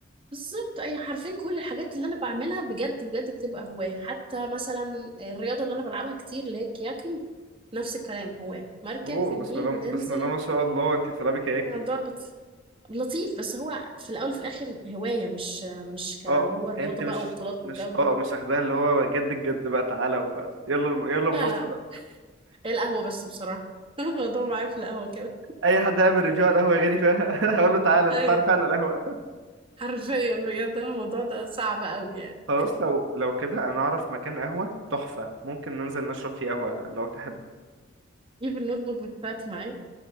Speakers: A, on the right; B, on the right.
A: بالظبط اي حرفين كل الحاجات اللي انا بعملها بجد بجد بتبقى هواية حتى مثلا الرياضة اللي انا بلعبها كتير اللي هي الكياكينج نفس الكلام هواية مركب
B: اوه
A: في النيل
B: بسم الله
A: بننزل
B: بسم الله ما شاء الله انت بتلعبي كياكينج
A: الموضوع لط- لطيف بس هو في الاول في الاخر هواية مش مش اللي
B: اه
A: هو الرياضة
B: انت مش
A: بقى وبطولات
B: مش
A: والجو ده
B: اه مش اخدها اللي هو جد الجد بقى تعالى و... يلا يلا منص
A: لا لا
B: بقى
A: هي القهوة بس بصراحة <laughs> الموضوع معايا في القهوة كده
B: اي حد يعمل ريفيو على القهوه غيري فيها <laughs> هقول له تعالى انت
A: ايوه
B: تعرف عن القهوه
A: حرفيا بجد أنا الموضوع ده صعب قوي يعني
B: خلاص لو لو كده انا اعرف مكان قهوه تحفه ممكن ننزل نشرب فيه قهوه لو تحبي
A: اجيب النوت بوك بتاعتي معايا